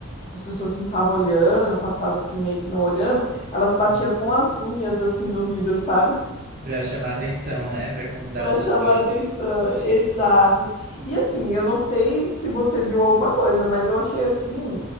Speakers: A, on the left (about 30°); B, on the right (about 40°).
A: as pessoas não estavam olhando, passava assim meio que não olhando, elas batiam
B: Uhum.
A: com as unhas assim do vidro, sabe? <laughs>
B: Pra chamar atenção, né? Pra convidar
A: Para
B: as pessoas.
A: chamar atenção. Exato. E assim, eu não sei se você viu alguma coisa, mas eu achei assim,